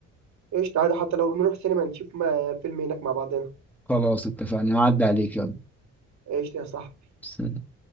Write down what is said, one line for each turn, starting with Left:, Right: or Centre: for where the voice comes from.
Right: ايش تعالى حتى لو نروح سينما نشوف ما... فيلم هناك مع بعضنا
Centre: خلاص اتفقنا هعدي عليك يلا
Right: ايش يا صاحبي
Centre: سلام.